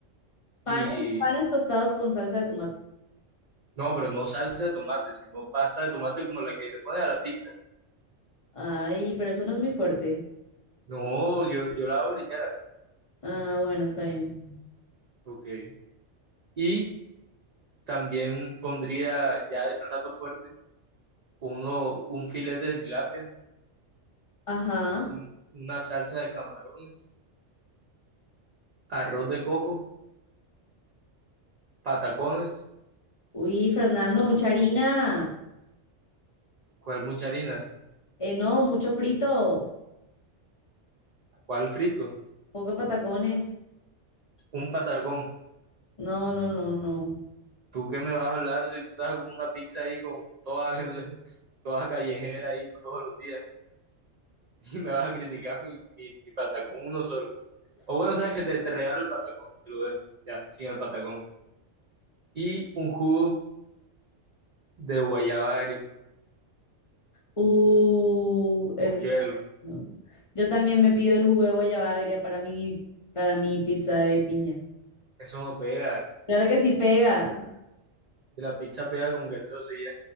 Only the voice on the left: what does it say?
Panes,
panes tostados con salsa de tomate.
Ay, pero eso no es muy fuerte.
Ah, bueno, está bien.
Ajá.
Uy, Fernando, mucha harina.
Eh, no, mucho frito.
Poco patacones.
No, no, no, no.
Uh, eh,
no. Yo también me pido el jugo de guayaba agria para mi, para mi pizza de piña.
Claro que sí pega.